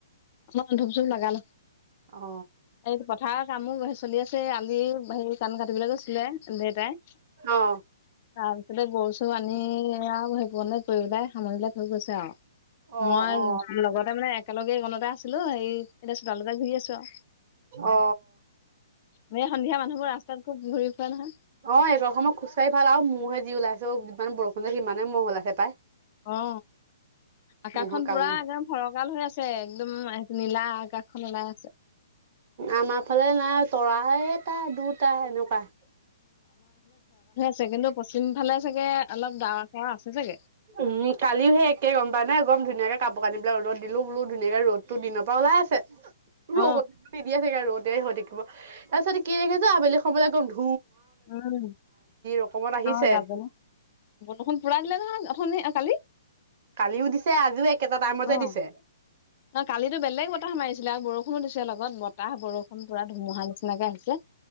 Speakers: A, on the left (about 30°); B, on the right (about 35°).
A: <unintelligible> ধুপ চুপ লগালো
B: অ
A: এই পথাৰৰ কামো চলি আছে আলি হেৰি ধান কাটি শবলে গৈছিলে দেউতাই তাৰপিছতে
B: অ
A: গৰু আনি আও ভাজিকনে কৰি পেলাই সামৰি পেলাই থৈ গৈছে আও
B: অ
A: মই
B: অ
A: লগতে মানে একেলগে গণতা আছিলো হেৰি এতিয়া চোতালত ঘূৰি আছো আও
B: অ
A: বে সন্ধিয়া মানুহবোৰ ৰাস্তাত খুব ঘূৰি ফুৰে নহয়
B: অ একৰ সময় খোজকাঢ় ভাল আৰু মহে যি ওলাইছে যিমান বৰষুণ যে সিমানে ম' ওলাইছে পাই।
A: অ আকাশখন
B: মহৰ কামোৰ
A: পুৰা একদম ফৰকাল হৈ আছে একদম। নীলা আকাশখন ওলাই আছে।
B: আমাৰ ফালে নাই তৰা এটা দুটা এনেকুৱা।
A: ছেকেণ্ড পশ্চিম ফালে চাগে অলপ ডাৱৰ চাৱাৰ আছে চাগে।
B: উম! কালিও সেই একে গম পায় নে একদম ধুনীয়াকে কাপোৰ-কানিবিলাক ৰ'দত দিলো বোলো ধুনীয়াকে ৰ'দটো দিনৰ পৰা ওলাই আছে।
A: অ,
B: ৰ দিয়া চাগে ৰদে হৈ থাকিব তাৰপাছতে কি ৰাখিছ আবেলি সময়ত একদম ধু-
A: উম
B: অকমান আহিছে
A: অ গাবনে বৰষুণ পুৰা দিলে নহয়। ধুনে আ কালি
B: কালিও দিছে আজিও একেটা টাইমতে
A: অ'
B: দিছে।
A: অ কালিতো বেলেগ বতাহ মাৰিছিলে আৰু বৰষুণো দিছে লগত বতাহ বৰষুণ পুৰা ধুমুহা দিছে। সেনেকা হৈছে।